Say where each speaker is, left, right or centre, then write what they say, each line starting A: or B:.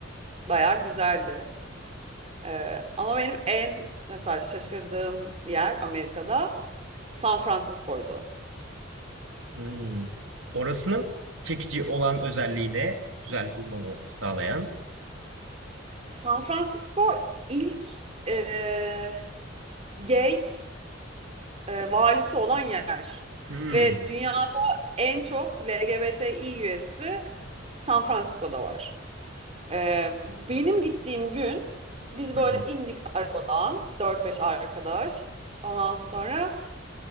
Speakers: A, on the right; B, on the right.
A: Bayağı güzeldi. Ee, ama benim en mesela şaşırdığım yer Amerika'da San Francisco'ydu.
B: hmm. Orasının çekici olan özelliğine güzel bulmanı sağlayan.
A: San Francisco ilk e, gay e, valisi olan yer.
B: Hmm.
A: Ve dünyada en çok LGBTİ üyesi San Francisco'da var. E, benim gittiğim gün biz
B: Hı
A: böyle
B: hı.
A: indik arabadan dört beş arkadaş. Ondan sonra